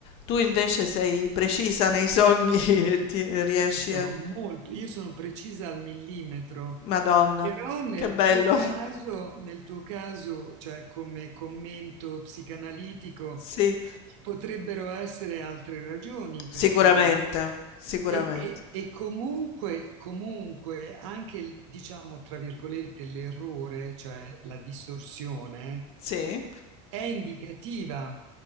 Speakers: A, on the left; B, on the right.
A: Tu invece sei precisa nei sogni <laughs> e ti riesci
B: io sono
A: a...
B: molto, io sono precisa al millimetro.
A: Madonna,
B: Però nel
A: che bello.
B: tuo caso,
A: <laughs>
B: nel tuo caso, cioè come commento psicanalitico,
A: Sì,
B: ci potrebbero essere altre ragioni
A: sicuramente,
B: per cui
A: sicuramente.
B: E, e- e comunque, comunque anche il, diciamo, tra virgolette, l'errore, cioè la distorsione,
A: Sì,
B: è indicativa.